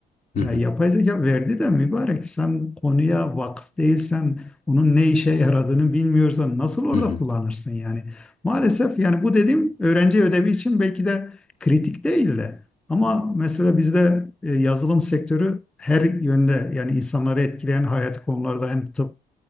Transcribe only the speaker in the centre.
Ya
yapay zeka verdi de mübarek sen konuya vakıf değilsen onun ne işe yaradığını bilmiyorsan nasıl orada
kullanırsın yani. Maalesef yani bu dediğim öğrenci ödevi için belki de kritik değil de ama mesela bizde e, yazılım sektörü her yönde yani insanları etkileyen hayati konularda hem tıp